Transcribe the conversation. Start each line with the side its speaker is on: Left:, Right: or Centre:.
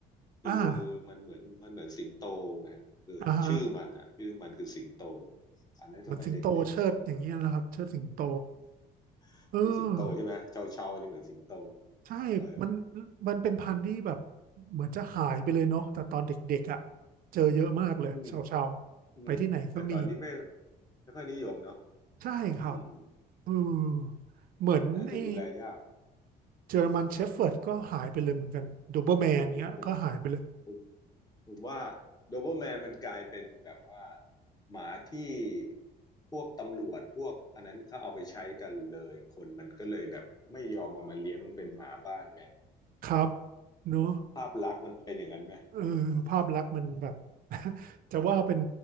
Left: คือ
Right: อ่า
Left: มันเหมือนมันเหมือนสิงโตไงคือชื่อมันอ่ะชื่อมันคือสิงโต
Right: อ่าฮะ
Left: อันนั้นสมัยเด็ก
Right: เหมือนสิงโตเชิดอย่างเงี้ยนะครับเชิดสิงโต
Left: ๆเหมือนสิงโตใช่ไหมชาวชาวมันจะเหมือนสิงโต
Right: เออใช่มัน
Left: เออ
Right: มันเป็นพันธุ์ที่แบบ เหมือนจะหายไปเลยเนาะแต่ตอนเด็กๆอ่ะ เจอเยอะมากเลยชาวชาว
Left: อืมอืมแต่ตอนนี้ไม่
Right: ไปที่ไหนก็มี
Left: ไม่ค่อยนิยมเนาะ
Right: ใช่ครับ
Left: อืม
Right: อืมเหมือนไอ้
Left: อาจจะดูแลยาก
Right: เจอร์มันเชฟเฟิร์ดก็หายไปเลยเหมือนกันโดเบอร์แมนเงี้ยก็หายไปเลย
Left: โอ้โหผมผม ผมว่าโดเ b อ e แมนมันกลายเป็นแบบว่าหมาที่พวกตำรวจพวกอันนั้นเขาเอาไปใช้กันเลยคนมันก็เลยแบบไม่ยอมเอามาเลี้ยงเป็นหมาบ้านไหม
Right: ครับเนอะ
Left: ภาพลักษณ์มันเป็นอย่างนั้นไหม
Right: เออภาพลักษณ์มันแบบ <laughs> จะว่าเป็น